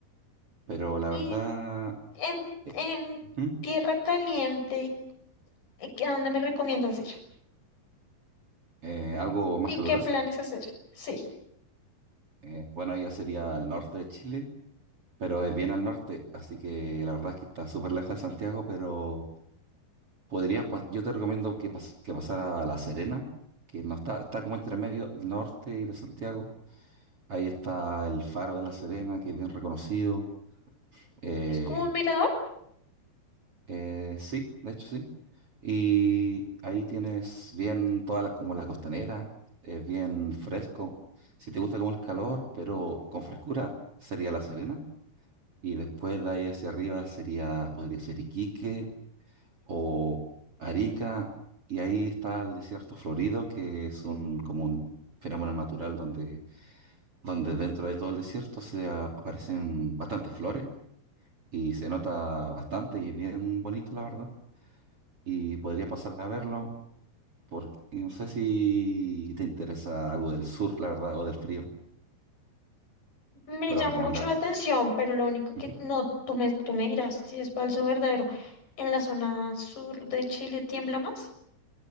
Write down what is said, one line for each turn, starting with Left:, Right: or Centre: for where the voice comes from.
Right: pero la
Left: Y
Right: verdad,
Left: en,
Right: eh,
Left: en
Right: ujú,
Left: Tierra Caliente, ¿y qué- ¿a dónde me recomiendas ir?
Right: eh, algo más
Left: ¿Y
Right: caluroso.
Left: qué planes hacer? Sí.
Right: Eh, bueno, ya sería al norte de Chile, pero es bien al norte, así que la verdad es que está súper lejos de Santiago, pero... podría, pas- yo te recomiendo que, pas- que pasara a La Serena, que no está, está como entre medio del norte y de Santiago. Ahí está el Faro de La Serena, que es bien reconocido. Eh,
Left: Es como un mirador.
Right: eh, sí, de hecho sí. Y ahí tienes bien toda la, como la costanera, es bien fresco. Si te gusta como el calor, pero con frescura, sería La Serena. Y después de ahí hacia arriba sería, podría ser Iquique o Arica, y ahí está el desierto florido, que es un, como un fenómeno natural donde, donde dentro de todo el desierto se a- aparecen bastantes flores y se nota bastante y es bien bonito, la verdad. Y podría pasar a verlo, porque no sé si te interesa algo del sur, la verdad, o del frío,
Left: Me
Right: para
Left: llama
Right: recomendarte.
Left: mucho la atención, pero lo único que
Right: Ujú.
Left: no, tú me, tú me dirás si es falso o verdadero. ¿En la zona sur de Chile tiembla más?